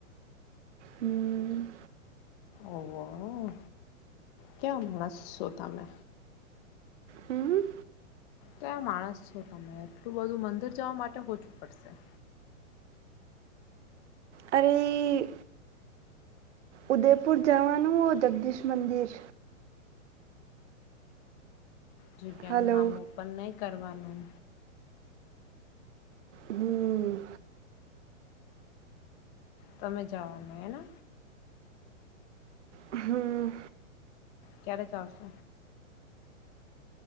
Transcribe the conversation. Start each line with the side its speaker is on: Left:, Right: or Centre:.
Right: હમ્મ
Left: ઓહ ક્યા માણસો, તમે
Right: હમ્મ
Left: ત્યાં માણસ છો, તમે એટલું બધું મંદિર જવા માટે હોચુ, પડશે
Right: અરે ઉદયપુર જવાનુ, હો જગદીશ મંદિર
Left: જગ્યાનુ
Right: હલો
Left: નામ ઓપન નહીં, કરવાનું
Right: હમ
Left: તમે જવાનું હેને.
Right: હમ.
Left: ક્યારે, ચાલશ